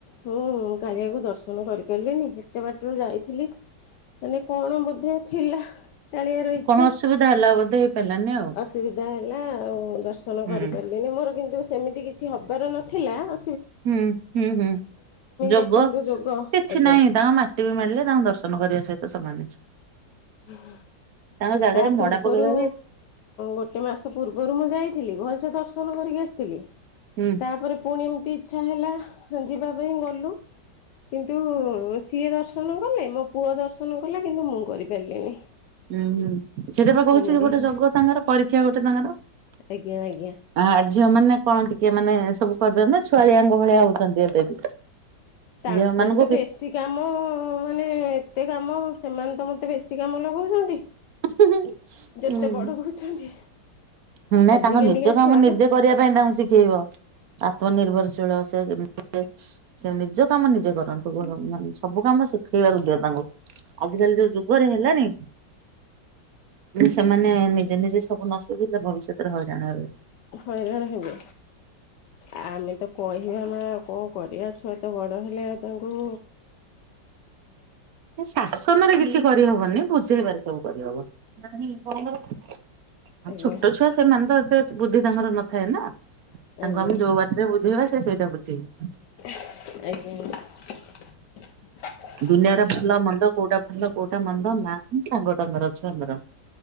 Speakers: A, on the left; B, on the right.
A: ହୁଁ କାଳିଆକୁ ଦର୍ଶ ଦ କରିପାରିଲିନି ଏତେ ବାଟରୁ ଯାଇଥିଲି। ମାନେ କଣ ବୋଧେ ଥିଲା। କାଳିଆର ଇଚ୍ଛା
B: କଣ ଅସୁବିଧା ହେଲା ବୋଧେ ହେଇ ପାରିଲାନି ଆଉ।
A: ଅସୁବିଧା ହେଲା ଆଉ ଦର୍ଶନ
B: ହୁଁ
A: କରିପାରିଲିନି ମୋର କିନ୍ତୁ ସେମିତି କିଛି ହବାର ନଥିଲା ଅ
B: ହୁଁ ହୁଁ ହୁଁ ଯୋଗ
A: ଦେଖନ୍ତୁ
B: କିଛି
A: ଯୋଗ ଆଜ୍ଞା
B: ନାହିଁ ତାଙ୍କ ମାଟି ବି ମାରିଲେ ତାଙ୍କୁ ଦର୍ଶନ ନ କରିବା ସହିତ ସମାନ ଅଛି।
A: ହୁଁ ହୁଁ।
B: ତାଙ୍କ ଜାଗାରେ
A: ତା ପୂର୍ବରୁ
B: ମଡା ପକେଇବା ବି
A: ଗୋଟେ ମାସ ପୂର୍ବରୁ ମୁଁ ଯାଇଥିଲି। ମ ସେ ଦର୍ଶନ କରିକି ଆସିଥିଲି।
B: ହୁଁ
A: ତାପରେ ପୁଣି ଏମିତି ଇଛା ହେଲା ଯିବା ପାଇଁ ଗଲୁ। କିନ୍ତୁ ସିଏ ଦର୍ଶନ କଲେ। ମୋ ପୁଅ ଦର୍ଶନ କଲା କିନ୍ତୁ ମୁଁ କରିପାରିଲିନି।
B: ହୁଁ ହୁଁ। ସେଟା ବା କହୁଛି
A: ଏମିତି
B: ଗୋଟେ
A: ହେଲା
B: ଯୋଗ ତାଙ୍କର ପରୀକ୍ଷା ଗୋଟେ ତାଙ୍କର
A: ଆଜ୍ଞା ଆଜ୍ଞା।
B: ଝିଅ ମାନେ କଣ ଟିକେ ମାନେ ସବୁ କରି ଦେଲେ ଛୁଆଳିଆ ଭଳିଆ ହଉଛନ୍ତି ଏବେ ବି।
A: ତାଙ୍କର
B: ଝିଅ ମାନଙ୍କୁ
A: ତ
B: କି
A: ବେଶୀ କାମ ମାନେ ଏତେ କାମ ମୁଁ ସେମାନେ ତ ମତେ ବେଶୀ କାମ ଲଗଉଛନ୍ତି।
B: ହୁଁ।
A: ଯେତେ ବଡ ହଉଛନ୍ତି
B: ନାଇଁ
A: ଆଜିକାଲିକା
B: ତାଙ୍କ ନିଜ କାମ
A: ଛୁଆ
B: ନିଜେ
A: ବା
B: କରିବା ପାଇଁ ତାଙ୍କୁ ଶିଖେଇବ। ଆତ୍ମନିର୍ଭଶୀଳ <unintelligible> ସେ ନିଜ କାମ ନିଜେ କରନ୍ତୁ। ମାନେ ସବୁ କାମ ଶିଖେଇବା ଦିଅ ତାଙ୍କୁ ଆଜିିକାଲି ଯୋଉଁ ଯୁଗରେ ହେଲାନି ସେମାନେ ନିଜେ ନିଜେ ସବୁ ନ ଶିଖିଲେ ଭବିଷ୍ୟତରେ ହଇରାଣ ହେବେ।
A: ହଇରାଣ ହେବେ ଆମେ ତ କହିବାନା କଣ କରିବା ଛୁଆ ତ ବଡ଼ କହିଲେ ଆଉ ତାଙ୍କୁ
B: ଶାସନ ରେ କିଛି କରିହବନି। ବୁଝେଇବାରେ ସବୁ କରିହବ। ଛୋଟ
A: ଆଜ୍ଞା
B: ଛୁଆ ସେମାନେ ତ ଏତେ ବୁଦ୍ଧି ତାଙ୍କର ନଥାଏ ନା ତାଙ୍କୁ
A: ଆଜ୍ଞା
B: ଆମେ ଯୋଉଁ ବାଟରେ ବୁଝେଇବା ସେ ସେଇଟା ବୁଝିବେ।
A: ଆଜ୍ଞା।
B: ଦୁନିଆର ଭଲ ମନ୍ଦ କୋଉଁଟା ଭଲ କୋଉଁଟା ମନ୍ଦ ନାହିଁ ସାଙ୍ଗ ତାଙ୍କର ଛୁଆଙ୍କର